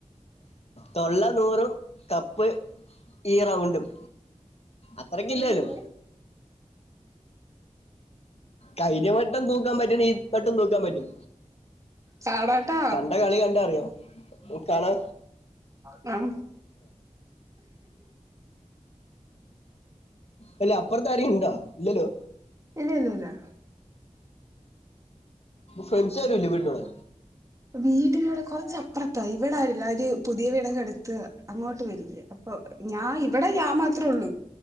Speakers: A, on the left (about 55°); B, on the right (about 25°).
A: തൊള്ള നൂറും കപ്പ് ഈ റൗണ്ടും അത്രക്ക്
B: അയ്യോ
A: ഇല്ലല്ലോ കഴിഞ്ഞ വട്ടം തൂക്കാൻ പറ്റണേ ഈ വട്ടം തൂക്കാൻ പറ്റും
B: കാണാട്ടാ
A: കണ്ട കളി കണ്ടാ അറിയാം ഓകാണാ
B: മം
A: അല്ല അപ്പുറത്താരി ഇണ്ടാ ഇല്ലല്ലോ
B: ഇല്ലില്ലില്ലാ
A: ഫ്രണ്ട്സ് ആരൂല്ലേ വീടിൻ്റെവിടെ
B: വീട്ടിലൂടെ കൊറച്ചപ്പുറത്താ ഇവിട ആരൂല്ലാ അവര് പുതിയ വീടെക്കൊ എടുത്ത് അങ്ങോട്ട് പോയ്രികാ ഞാൻ ഇവിടെ ഞാൻ മാത്രേള്ളു